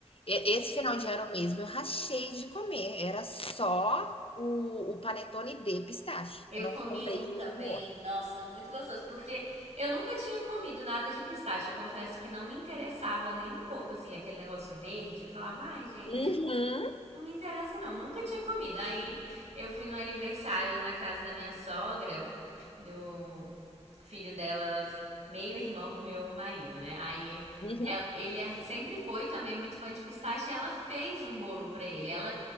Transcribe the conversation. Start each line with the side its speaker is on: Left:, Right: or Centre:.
Left: E-
Right: E-
Left: Esse final de ano mesmo eu rachei de comer. Era só o, o panetone de pistache.
Right: Eu
Left: Eu não
Right: comi
Left: comprei
Right: um
Left: de
Right: também,
Left: nenhum outro.
Right: nossa, muito gostoso, porque eu nunca tinha comido nada de pistache. Eu confesso que não me interessava nem um pouco, assim, aquele negócio verde. Eu falava, ai, gente,
Left: Uhum,
Right: Não me interessa, não. Nunca tinha comido. Aí eu fui no aniversário na casa da minha sogra, do filho dela, meio irmão do meu marido, né? Aí
Left: uhum.
Right: ela- ele é- sempre foi também muito fã de pistache e ela fez um bolo pra ele. Ela